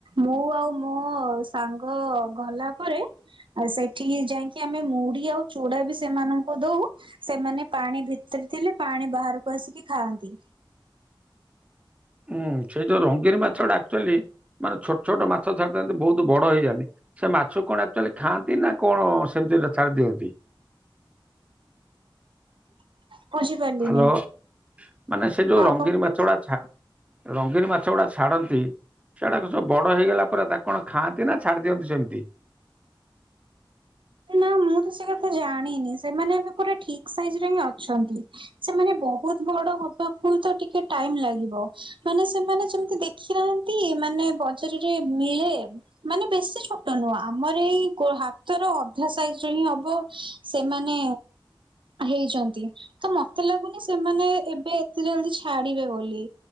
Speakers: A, on the right; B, on the right.
A: ମୁଁ ଆଉ ମୋ ସାଙ୍ଗ ଗଲା ପରେ ଆଉ ସେଠି କି ଯାଇକି ଆମେ ମୁଢି ଆଉ ଚୁଡା ବି ସେମାନଙ୍କୁ ଦଉ। ସେମାନେ ପାଣି ଭିତରେ ଥିଲେ ପାଣି ବାହାରକୁ ଆସିକି ଖାଆନ୍ତି।
B: ଉଁ ସେଇ ଯୋଉ ରଙ୍ଗୀନ ମାଛଟା ଆକ୍ଚୁଆଲି ମାନେ ଥାଆନ୍ତି ଛୋଟ ମାଛ ଥାଆନ୍ତି ବହୁତ ବଡ ହେଇଯାନ୍ତି। ସେ ମାଛକୁ କଣ ଆକ୍ଚୁଆଲି ଖାଆନ୍ତି ନା କଣ ସେମିତି ଆକା ଛାଡ଼ି ଦିଅନ୍ତି?
A: <inaudible> ବୁଝିପାରିଲିନି
B: ହ୍ୟାଲୋ ମାନେ ସେ ଯୋଉ
A: ହଁ
B: ରଙ୍ଗିନ
A: କହୁ
B: ମାଛଗୁଡା
A: ନାହାନ୍ତି।
B: ଛା ରଙ୍ଗୀନ ମାଛ ଗୁଡାକ ଛାଡନ୍ତି। ସେଇ ଗୁଡାକ ସବୁ ବଡ ହେଇଗଲା ପରେ ତାକୁ କଣ ଖାଆନ୍ତି ନା ଛାଡି ଦିଅନ୍ତି ସେମିତି?
A: ନା ମୁଁ ତ ସେ କଥା ଜାଣିନି। ସେମାନେ ଏବେ ପୁରା ଠିକ ସାଇଜ ରେ ହିଁ ଅଛନ୍ତି। ସେମାନେ ବହୁତ ବଡ ହବାକୁ ତ ଟିକେ ଟାଇମ ଲାଗିବ। ମାନେ ସେମାନେ ଯେମିତି ଦେଖିନାହାନ୍ତି ତି ମାନେ ବଜାରରେ ମିଳେ। ମାନେ ବେଶୀ ଛୋଟ ନୁହଁ ଆମର ଏଇ ହାତର ଅଧ ସାଇଜ ହିଁ ହବ ସେମାନେ ହେଇଚନ୍ତି। ତ ମତେ ଲାଗୁନି ସେମାନେ ଏବେ ଏତେ ଜଲଦି ଛାଡିବେ ବୋଲି।